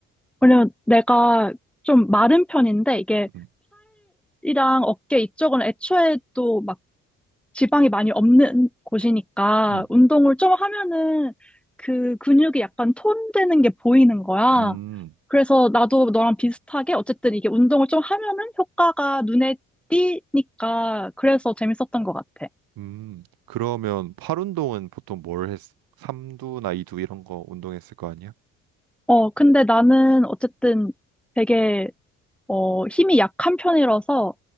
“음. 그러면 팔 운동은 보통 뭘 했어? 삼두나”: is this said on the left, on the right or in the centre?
Right